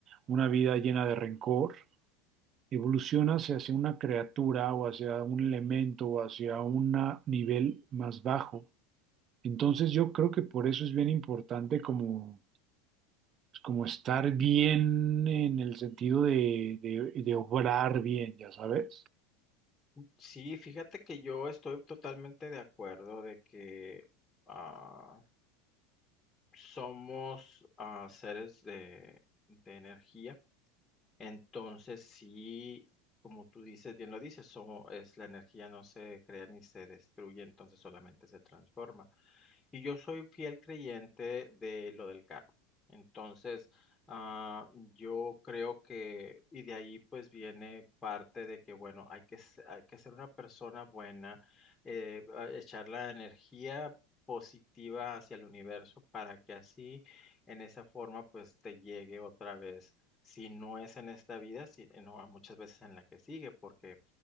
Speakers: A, on the right; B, on the left.
A: una vida llena de rencor, evolucionas hacia una criatura o hacia un elemento o hacia un nivel más bajo. Entonces yo creo que por eso es bien importante como, pues, como estar bien en el sentido de, de, de obrar bien, ya sabes.
B: Sí, fíjate que yo estoy totalmente de acuerdo de que ah, somos ah, seres de, de energía. Entonces, sí, como tú dices, bien lo dices, so- es la energía no se crea ni se destruye, entonces solamente se transforma. Y yo soy fiel creyente de lo del karma. Entonces, ah, yo creo que, y de ahí pues viene parte de que, bueno, hay que, se- hay que ser una persona buena, eh, a- echar la energía positiva hacia el universo para que así, en esa forma, pues te llegue otra vez. Si no es en esta vida, si, no, muchas veces en la que sigue, porque